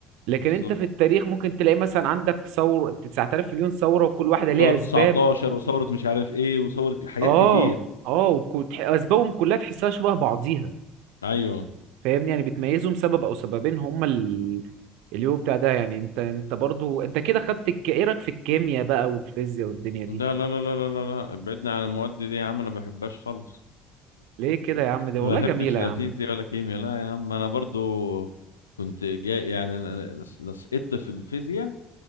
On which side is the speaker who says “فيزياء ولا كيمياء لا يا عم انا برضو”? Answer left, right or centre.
Left